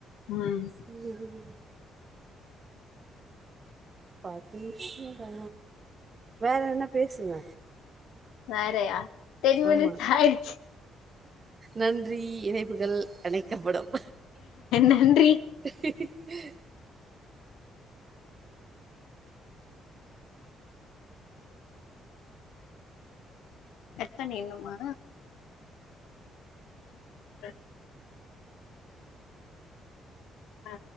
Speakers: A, on the left; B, on the right.
A: ம்
B: ம் பசிக்கிதா வேற என்ன பேசுங்க
A: வேறயா டென் மினிட்ஸ்ஸாய்டுச்சு
B: ஆமா நன்றி இணைப்புகள் அணைக்கபடும்
A: நன்றி
B: ஹீஹ்ஹி
A: எத்தன இன்னுமா <inaudible> ஆ